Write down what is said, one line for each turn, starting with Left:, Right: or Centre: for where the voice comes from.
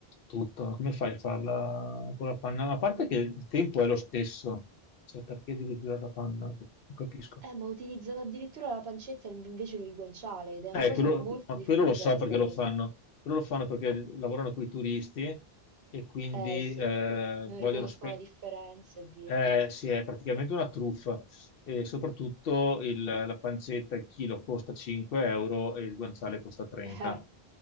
Left: tutto. Come fai a farla con la panna? Ma A parte
Right: eh,
Left: che il tempo è lo stesso, cioè perché devi usare la panna? Boh, Non capisco.
Right: eh, ma utilizzano addirittura la pancetta invece che il guanciale ed è una
Left: Eh,
Right: cosa
Left: quello,
Right: molto
Left: ma
Right: diffusa
Left: quello lo so
Right: questa
Left: perché lo
Right: cosa.
Left: fanno. Quello lo fanno perché lavorano con i turisti e quindi
Right: Eh sì,
Left: eh,
Right: non
Left: vogliono
Right: riconoscono
Left: spendere.
Right: la differenza e via.
Left: Eh,
Right: <laughs>
Left: sì, è praticamente una truffa e soprattutto il- la pancetta, il chilo costa 5 euro e il guanciale costa 30.
Right: Eh,